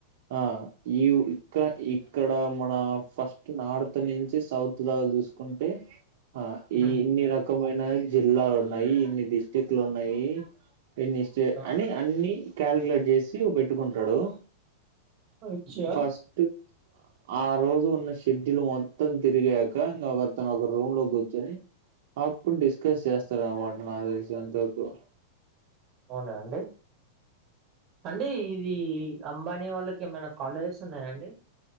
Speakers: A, on the right; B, on the right.
A: ఆ ఈ ఇక్క ఇక్కడ మన ఫస్ట్ నార్త్ నుంచి సౌత్ దాక చూసుకుంటే ఆ
B: హ్మ్.
A: ఈ ఇన్ని రకమైన జిల్లాలు ఉన్నాయి ఇన్ని డిస్టిక్లు ఉన్నాయి పెన్నిస్తే
B: ఆ!
A: అని అన్ని క్యాలుక్యులేట్ చేసి పెట్టుకుంటడు
B: అచ్చా!
A: ఫస్ట్ ఆ రోజు ఉన్న షెడ్యూల్ మొత్తం తిరిగాక ఇంకో కతను ఒక రూమ్ లో కూర్చొని అప్పుడు డిస్కస్ చేస్తారనమాట నాకు తెలిసి అంత వరకు
B: అవునా అండి అండి ఇది అంబానీ వాళ్ళకి ఏమైనా కాలేజెస్ ఉన్నాయా అండి